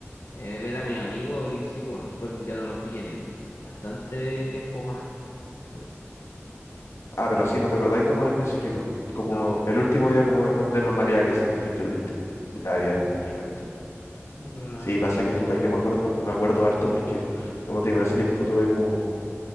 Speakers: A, on the left; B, on the left.
A: eh, ver a mi amigo y sí, bueno, después ya no los vi en bastante tiempo más. Sí,
B: Ah,
A: es-
B: pero así no te acordáis como en específico, como
A: no,
B: el último día como de, no- de normalidad que sentís que tuviste. Ya, ya, perfecto.
A: no, pero nada.
B: Sí, pasa que puta, yo me acuerdo, me acuerdo harto porque, como te digo, en ese tiempo tuve como,